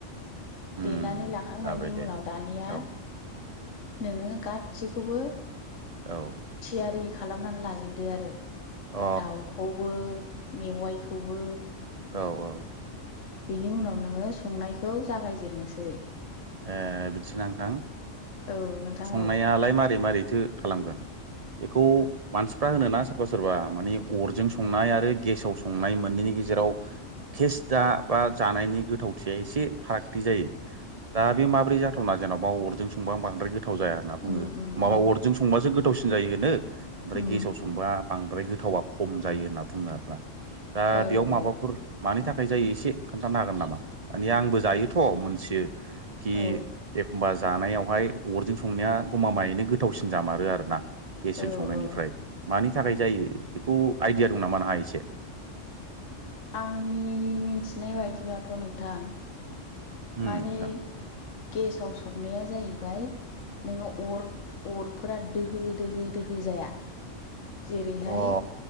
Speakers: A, on the right (about 45°); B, on the left (about 70°).
A: उम
B: देनानै लाखांनायनि
A: जाबाय दे
B: उनाव दानिया
A: औ
B: नोङो गासिखौबो
A: औ।
B: थियारि खालामनानै लाजोबदो आरो
A: अ
B: दाउखौबो मेवाइखौबो
A: औ औ।
B: बिनि उनाव नोङो संनायखौ जागायजेननोसै।
A: ए बिदिसो ना नोंथां?
B: औ नोंथां
A: संनायालाय
B: औ
A: मारै मारैथो खालामगोन? बेखौ मानसि फ्रा होनो ना सोरबा सोरबा माने अरजों संनाय आरो गेसाव संनाय मोननैनि गेजेराव टेस दा बा जानायनि गोथावथिया एसे फारागथि जायो। दा बे माब्रै जाथावना जेन'बा अरजों संबा बांद्राय गोथाव जाया होनना बुङो
B: उम उम
A: माबा
B: उम
A: अरजों संबासो गोथ थावसिन जायो होनो ओमफ्राय
B: उम
A: गेसाव संबा बांद्राय गोथावा खम जायो होनना बुङो आरोना। दा
B: औ
A: बेयाव
B: औ
A: माबाफोर मानि थाख खाय जायो एसे खोन्थानो हागोन नामा? माने आंबो जायोथ' मोनथियो कि
B: औ
A: एखमबा जानायावहाय अरजों संनाया गमामायैनो गोथावसिन जामारो आरोनना गेसजों
B: औ
A: संनायनिफ्राय।
B: औ
A: मानि थाखाय जायो बेखौ आइडिया दं नामा नोंहा एसे?
B: आंनि मिथिनाय बायदिब्लाथ' नोंथां
A: होम
B: माने
A: नोंथां।
B: गेसाव संनाया जाहैबाय नोङो अर अरफोरा दोहो दोहो दोहो जाया। जेरैहाय
A: अ